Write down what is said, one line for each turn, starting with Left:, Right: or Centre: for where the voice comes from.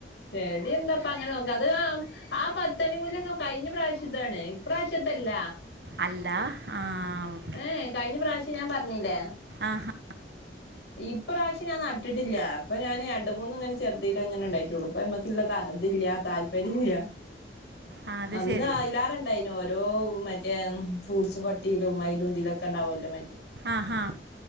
Left: ചെടി എന്താപ്പ അങ്ങനെ നോക്ക അത് കാ ആഹ് പത്തണിമുല്ലോക്കെ കഴിഞ്ഞ പ്രാവശ്യത്താണ് ഇപ്രാവശ്യത്തല്ല
Right: അല്ല ആഹ് ഓ
Left: ഏഹ് കഴിഞ്ഞ പ്രാവശ്യം ഞാൻ പറഞ്ഞില്ലേ
Right: ആഹാ
Left: ഇപ്രാവശ്യ ഞാൻന്നട്ടിട്ടില്ല അപ്പൊ ഞാന് രണ്ട് മൂന്നുങ്ങനെ ചെറുതിൽ ഇങ്ങനെ ഉണ്ടായിട്ടുള്ളു പ്പ നമ്മക്ക്ള്ളതാ ഇതില്ല താല്പര്യം ഇല്ല
Right: ആ അത്
Left: അന്ന്
Right: ശരി
Left: ആയിലാറ പയ്ന് ഓരോ മറ്റേ ഫ്രൂട്സും കൊട്ടയിലും മയിലുംതിലും ഒക്കെ ഉണ്ടാവല്ലോ മറ്റേ
Right: ആഹാ